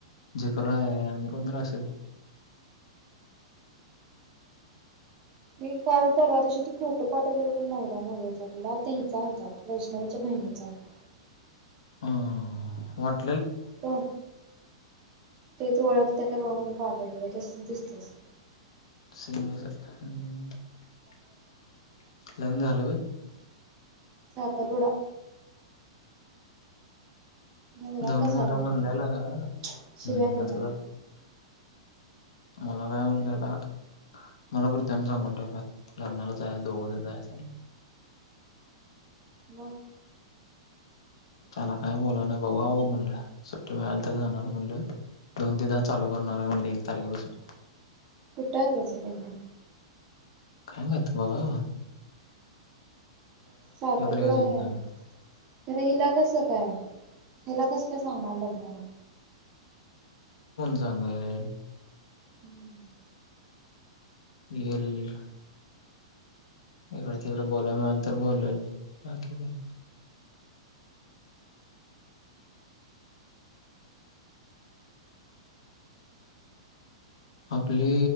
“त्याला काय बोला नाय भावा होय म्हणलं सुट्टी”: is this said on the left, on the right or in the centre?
Left